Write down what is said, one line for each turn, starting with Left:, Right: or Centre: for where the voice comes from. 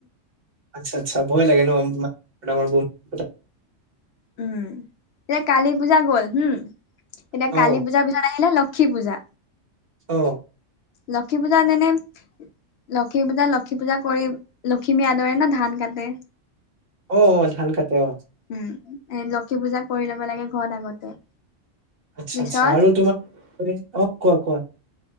Right: আচ্ছা আচ্ছা ভয় লাগে ন <unintelligible>
Left: উম, এতিয়া কালি পূজা গল হুম, এতিয়া
Right: অ
Left: কালি পূজাৰ পিছত আহিলে ল ক্ষী পূজা।
Right: অ।
Left: লক্ষ্মী পূজাত এনে লক্ষ্মী পূজাত লক্ষী পূজা কৰি, লক্ষিমী আদৰে ন ধান কাটে।
Right: অ' অ' ধান কাটে অ'।
Left: উম, এ লক্ষী পূজা কৰি ল'ব লাগে ঘৰত আগতে।
Right: আচ্ছা
Left: পিছত
Right: আচ্ছা আৰু তোমাৰ, <unintelligible> অ' কোৱা কোৱা।